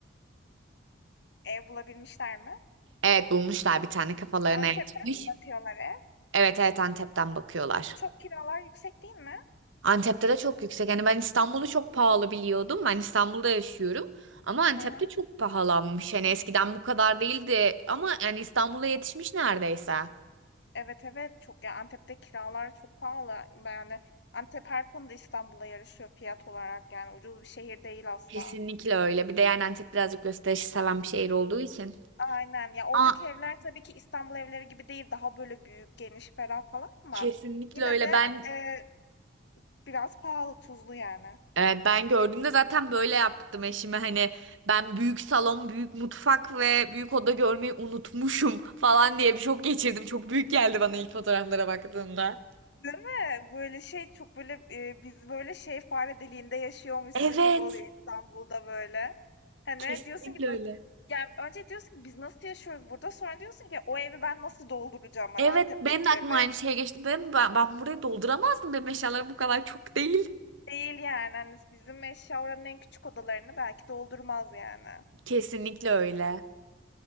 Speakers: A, on the left; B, on the right.
A: Ev bulabilmişler mi?
B: Evet, bulmuşlar bir tane kafalarına
A: Antep'ten
B: yatmış.
A: mi bakıyorlar ev?
B: Evet evet Antep'ten bakıyorlar.
A: Çok kiralar yüksek değil mi?
B: Antep'te de çok yüksek. Hani ben İstanbul'u çok pahalı biliyordum. Ben İstanbul'da yaşıyorum. Ama Antep'te
A: Hı hı.
B: çok pahalanmış. Hani eskiden bu kadar değildi. Ama yani İstanbul'a yetişmiş neredeyse.
A: Evet, evet, çok ya Antep'te kiralar çok pahalı. Yani Antep her konuda İstanbul'a yarışıyor fiyat olarak yani ucuz bir şehir değil asla.
B: Kesinlikle öyle. Bir de yani Antep birazcık gösterişi seven bir şehir olduğu için.
A: Aynen ya oradaki
B: Aa,
A: evler tabii ki İstanbul evleri gibi değil daha böyle büyük geniş ferah falan ama
B: kesinlikle
A: yine
B: öyle.
A: de
B: Ben
A: e, biraz pahalı tuzlu yani.
B: evet, ben gördüğümde zaten böyle yaptım eşime. Hani ben büyük salon, büyük mutfak ve büyük oda görmeyi unutmuşum <laughs> falan diye bir şok geçirdim. Çok büyük geldi bana ilk fotoğraflara baktığımda.
A: Değil mi? Böyle şey çok böyle, eee, biz böyle şey fare deliğinde yaşıyormuşsun
B: Evet.
A: gibi oluyor İstanbul'da böyle. Hani
B: Kesinlikle
A: diyorsun ki
B: öyle.
A: nasıl yani önce diyorsun ki biz nasıl yaşıyoruz burada? Sonra diyorsun ki o evi ben nasıl dolduracağım ben
B: Evet
A: Antep'teki
B: benim de aklıma
A: evi?
B: aynı şey geçti. Ben, ben, ben burayı dolduramazdım. Benim eşyalarım bu kadar çok değil.
A: Değil yani hani bizim eşya oranın en küçük odalarını belki doldurmaz yani.
B: Kesinlikle öyle.